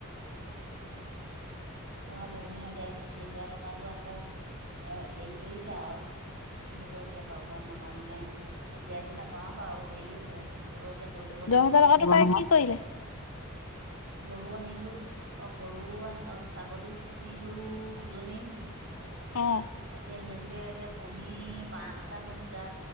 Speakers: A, on the left (about 70°); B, on the right (about 55°).
A: <inaudible>
B: পোৱা বহুত দিন দে পঁচিশ হাজাৰ টকাটো আকৌ এ হেৰি কৰিছো আৰু কি হব এতিয়া পাব নাপাম নে এতিয়াতো নাপাও বাৰু দেৰি আছে হ'ল এতিয়া কৰি থব লাগিব
A: দহ হাজাৰ
B: নহয়,
A: টকাটো পাই কি কৰিলে
B: গৰু আনিলো। গৰু আনি ছাগলী কিনিলো দুজনী
A: অ
B: এতিয়া সেই এতিয়া পঢ়ি পাঁচটা হৈছেগে